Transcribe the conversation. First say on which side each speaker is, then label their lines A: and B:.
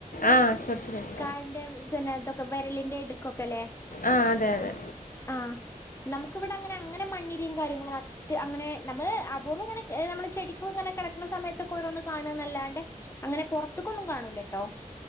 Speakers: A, on the left; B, on the left.
A: ആഹ്, ചൊറിച്ചില്ണ്ട്
B: കാലിന്റെ <unintelligible> ത്തൊക്കെ വെരലിന്റെ ഇടുക്കൊക്കെല്ലേ?
A: ആഹ്, അതെ അതെ.
B: ആഹ്, നമ്മക്ക് ഇവിടെ അങ്ങനെ അങ്ങനെ മണ്ണിരേം കാര്യങ്ങളു അത്ത് അങ്ങനെ നമ്മള് <unintelligible> ഇങ്ങനെ നമ്മള് ചെടിക്ക് ഇങ്ങനെ കെളക്കണ സയത്തൊക്കെ ഓരോന്ന് കാണാന്നല്ലാണ്ട് അങ്ങനെ പൊറത്ത്ക്കൊന്നും കാണൂലാട്ടോ.